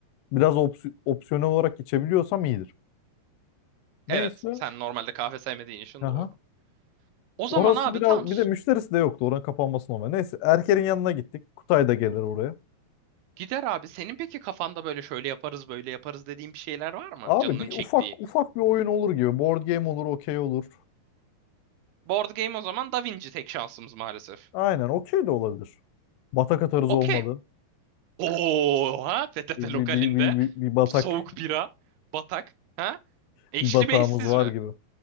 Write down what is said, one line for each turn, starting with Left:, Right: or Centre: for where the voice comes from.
Left: biraz ops- opsiyonel olarak içebiliyorsam iyidir. Neyse.
Right: Evet sen normalde kahve sevmediğin için
Left: Aha.
Right: doğru. O zaman
Left: Orası
Right: abi
Left: biraz
Right: tamam.
Left: bir de müşterisi de yoktu. Oranın kapanması normal. Neyse Erker'in yanına gittik. Kutay da gelir oraya.
Right: Gider abi. Senin peki kafanda böyle şöyle yaparız böyle yaparız dediğin bir şeyler var mı?
Left: Abi
Right: Canının
Left: bir
Right: çektiği.
Left: ufak ufak bir oyun olur gibi. Board game olur, okey olur.
Right: Board game o zaman Da Vinci tek şansımız maalesef.
Left: Aynen okey de olabilir. Batak atarız
Right: Okeyim.
Left: olmadı.
Right: Oha PTT
Left: Bir,
Right: lokalinde
Left: bir, bir, bir, bir, bir batak
Right: soğuk bira, batak. Ha?
Left: <laughs>
Right: Eşli
Left: bir batağımız
Right: mi eşsiz
Left: var
Right: mi?
Left: gibi.